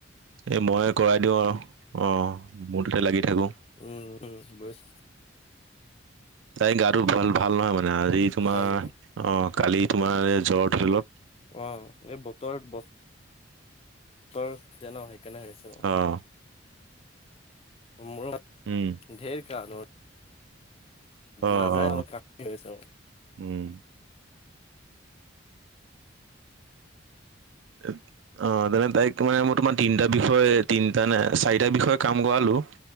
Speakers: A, on the right; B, on the left.
A: এই মই কৰাই দিওঁ আৰু অঁ মোৰ তোতে লাগি থাকোঁ।
B: উম উম বুজিছ
A: তাই গাটো ভাল ভাল নহয় মানে আজি তোমাৰ
B: হয় নেকি
A: অঁ কালি তোমাৰ জ্বৰ ধৰি লওক।
B: অঁ এই বতৰবত তই জান সেই কেনে হৈছ
A: অঁ'।
B: মোৰত
A: উম
B: ধেইৰ কাণত
A: অ
B: নাযায়
A: অ
B: অলপ কান এছো।
A: উম' <unintelligible> অ তেনে তাইক মানে মই তোমাৰ তিনিটা বিষয়ে তিনিটা নে চাৰিটা বিষয়ে কাম কৰালো।